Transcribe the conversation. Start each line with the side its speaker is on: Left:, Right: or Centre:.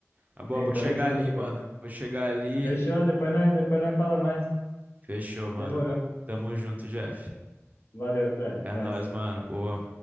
Right: Tá bom,
Left: Sim,
Right: vou
Left: tamo
Right: chegar
Left: junto,
Right: ali, mano.
Left: pô.
Right: Vou chegar ali.
Left: Fechou, depois nós, depois nós fala mais.
Right: Fechou, mano.
Left: Demorou.
Right: Tamo junto, Jeff.
Left: Valeu, Fred.
Right: É
Left: Nóis.
Right: nóis, mano. Boa.